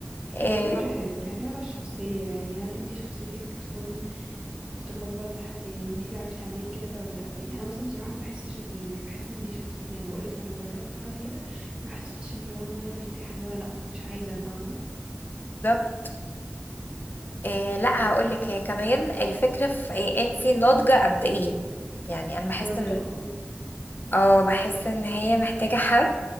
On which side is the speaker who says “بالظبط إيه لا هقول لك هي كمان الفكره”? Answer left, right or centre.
Left